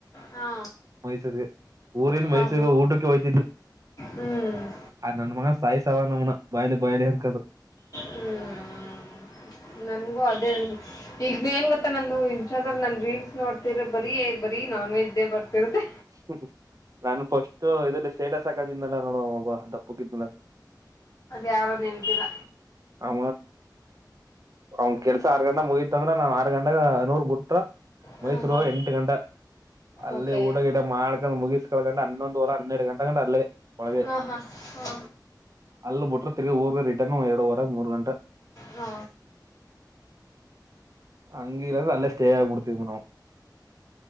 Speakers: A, on the left; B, on the right.
A: ಹಾ
B: ಮೈಸೂರಿಗೆ ಊರಿಂದ
A: ಹಾ
B: ಮೈಸೂರಿಗೆ ಊಟಕ್ಕೆ ಹೋತಿದ್ದು
A: ಹ್ಮ್
B: ಆ ನನ್ ಮಗಸ್ ಸಾಯ ಸಾವ ನಮ್ನ ಬಾಯಲು ಬಾಯಲೆ ಹೆ ಅನ್ ಕಂಡು
A: ಹ್ಮ್ ನನ್ಗೂ ಅದೇ ಈಗ ಏನ್ ಗೊತ್ತ ನಂದು ಟ ನನ್ ರೀಲ್ಸ್ ನೋಡ್ತಿರ ಬರಿ ಇ ಬರಿ ನಾನ್ ನಾನ್ವೆನ್ ಹೇ ಬರ್ತಿರುತ್ತೆ
B: ಮ್ಮ್ ನಾನು ಫಸ್ಟ್ ಇದಲ್ಲಿ ಸ್ಟೇಟಸ್ ಹಾಕದಿಂದನಲ್ಲ ನೋಡ ಒಬ್ಬ ದಪ್ಪಕ್ಕಿದನಲ್ಲ
A: ಯಾರು ನಿಂತಲ್ಲ
B: ಆ ಅವನ್ ಕೆಲ್ಸ ಆರ್ ಗಂಟ ಮುಗತ್ ಅಂದ್ರ ನಾನ್ ಆರ್ ಗಂಟಾಗ ನೂರ್ ಬಿಟ್ಟ ಟ
A: ಹ್ಮ್
B: ಮೈಸೂರು
A: ಹ್ಮ್
B: ಹೋಗ ಎಂಟು ಗಂಟ ಅಲ್ಲಿ
A: ಓಕೆ
B: ಊಡ ಗಿಡ ಮಾಡ್ಕೊಂಡು ಮುಗಿಸಕಳ್ಕಂಡ ಹನ್ನೊಂದಊರ ಹನ್ನೆರಡು ಗಂಟೆ ಗಂಡ ಅಲ್ಲಿ ಒಳಗೆ
A: ಹಾ ಹಾ ಹಾ
B: ಅಲ್ಲಿ ಬಿಟ್ರೆ ತಿರ್ಗಿ ಹೋಗ ತ ಮೂರು ಗಂಟೆ
A: ಹಾ
B: ಅಂಗಲ್ಲ ನಲ್ಲ ಸ್ಟೇಯಾ ಕುತಂದನ